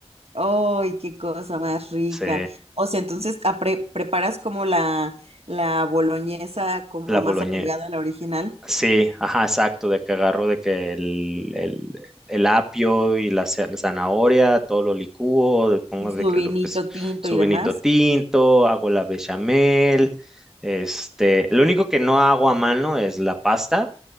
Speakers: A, on the right; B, in the centre.
A: ¡Ay, qué cosa más rica!
B: Sí,
A: O sea, entonces ah, pre- preparas como la, la boloñesa como
B: la boloñesa.
A: más apegada a la original
B: Sí, ajá, exacto, de que agarro de que el, el, el apio y la za- zanahoria, todo lo licúo, le pongo
A: y
B: de
A: su
B: que
A: vinito
B: lo, pues,
A: tinto
B: su
A: y demás.
B: vinito tinto, hago la bechamel, este, lo único que no hago a mano es la pasta,